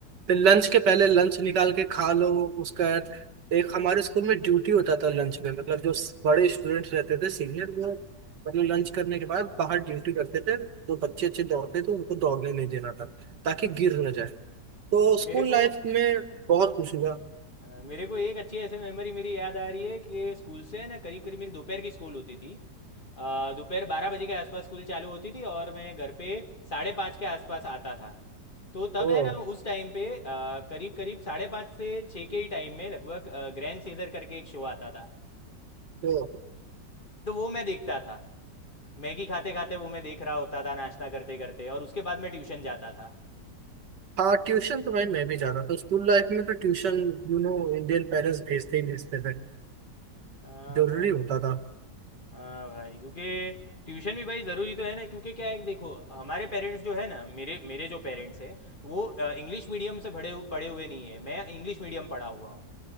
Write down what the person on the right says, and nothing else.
फिर लंच के पहले लंच निकाल के खा लो उसका एक हमारे स्कूल में ड्यूटी होता था लंच में मतलब जो बड़े स्टूडेंट्स रहते थे सीनियर वो मतलब
लंच करने के बाद बाहर ड्यूटी करते थे तो बच्चे अच्छे दौड़ते थे उनको दौड़ने नहीं देना था ताकि
गिर
ना जाए तो स्कूल
लाइफ में बहुत कुछ हुआ
ओ,
तो
हाँ ट्यूशन तो भाई मैं भी जाता था स्कूल लाइफ में तो ट्यूशन यू नो इंडियन पेरेंट्स भेजते ही भेजते थे
जरूरी
होता था